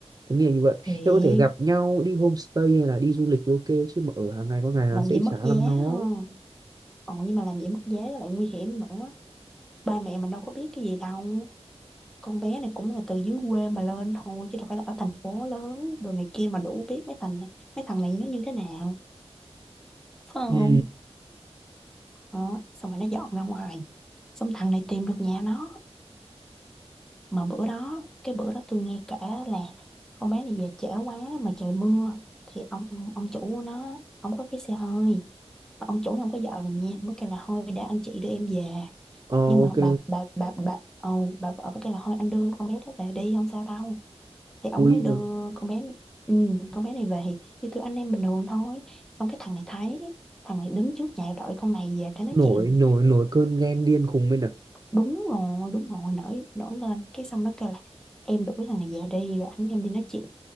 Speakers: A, on the right; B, in the centre.
A: thế nghĩa như vậy
B: thiệt
A: nếu có thể gặp nhau đi homestay hay là đi du lịch thì ok chứ mà ở hàng ngày có ngày là
B: làm
A: sẽ
B: gì mất
A: chả
B: giá
A: lắm nó
B: ha ờ nhưng mà làm gì mất giá lại nguy hiểm nữa ba mẹ mình đâu có biết cái gì đâu con bé này cũng là từ dưới quê mà lên thôi chứ đâu phải là ở thành phố lớn đồ này kia mà đủ biết mấy thằng này mấy thằng này nó như thế nào phải
A: ừ
B: không đó. xong rồi nó dọn ra ngoài xong thằng này tìm được nhà nó mà bữa đó cái bữa đó tôi nghe kể là con bé này về trễ quá mà trời mưa thì ông ông chủ nó ông có cái xe hơi Mà ông chủ này không có vợ rồi nha mới kêu là thôi để anh chị đưa em về
A: ờ,
B: nhưng mà
A: ok
B: bà bà bà bà ồ bà vợ mới kêu là thôi anh đưa con bé đó về đi không sao đâu thì ổng
A: ui
B: mới đưa
A: giời.
B: con bé ừ, con bé này về như kiểu anh em bình thường thôi xong cái thằng này thấy thằng này đứng trước nhà đợi con này về để nói
A: nổi
B: chuyện
A: nổi nổi cơn ghen điên khùng lên à
B: đúng rồi đúng rồi nổi nổi lên cái xong nó kêu là em đuổi thằng này về đi rồi anh với em đi nói chuyện